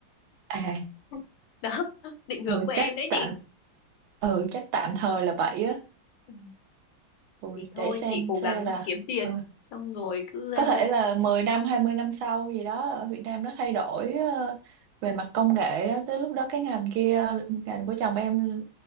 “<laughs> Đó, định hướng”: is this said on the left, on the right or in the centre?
Left